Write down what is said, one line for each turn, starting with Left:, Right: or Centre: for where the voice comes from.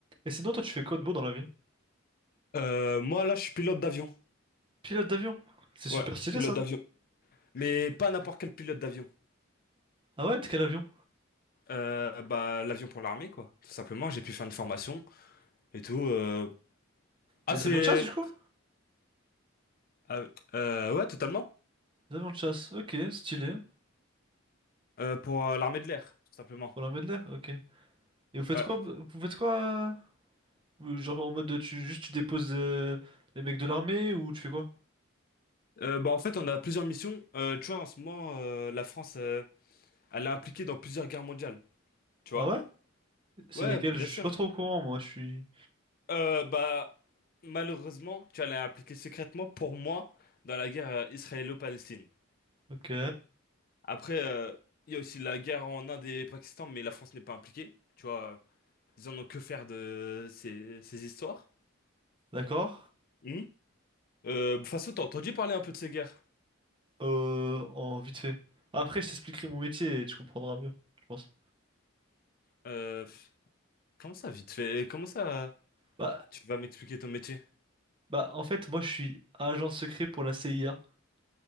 Right: Et sinon, toi, tu fais quoi de beau dans la vie?
Left: Euh, moi, là, je suis pilote d'avion.
Right: Pilote d'avion. C'est super
Left: Ouais,
Right: stylé,
Left: pilote
Right: ça.
Left: d'avion. Mais pas n'importe quel pilote d'avion.
Right: Ah ouais, t'es quel avion?
Left: Euh, bah, l'avion pour l'armée, quoi. Tout simplement, j'ai pu faire une formation et tout. euh. Ah,
Right: Les
Left: c'est...
Right: avions de chasse, du coup?
Left: euh, euh, ouais, totalement.
Right: Les avions de chasse. Ok, stylé.
Left: Euh, pour euh, l'armée de l'air, tout simplement.
Right: Pour la Medley, ok. Et vous faites
Left: Ouais.
Right: quoi? b- Vous faites quoi? euh, Genre en mode, tu juste tu déposes euh, les mecs de l'armée ou tu fais quoi?
Left: Euh, bah, en fait, on a plusieurs missions. Euh, tu vois, en ce moment, euh, la France, euh, elle est impliquée dans plusieurs guerres mondiales. Tu
Right: Ah
Left: vois?
Right: ouais? C'est
Left: Ouais,
Right: lesquels?
Left: bien
Right: Je suis
Left: sûr.
Right: pas trop au courant, moi. Je suis.
Left: Euh, bah, malheureusement, tu vois, elle est impliquée secrètement pour moi dans la guerre euh, israélo-palestine.
Right: Ok,
Left: Après, euh, il y a aussi la guerre en Inde et Pakistan, mais la France n'est pas impliquée. Tu vois, ils en ont que faire de ces, ces histoires.
Right: d'accord.
Left: Hum. Euh, Faso, t'as entendu parler un peu de ces guerres?
Right: Euh, en vite fait. Après, je t'expliquerai mon métier et tu comprendras mieux, je pense.
Left: Euh, pff, comment ça, vite fait? Comment ça,
Right: Bah,
Left: tu vas m'expliquer ton métier?
Right: bah, en fait, moi, je suis agent secret pour la CIA.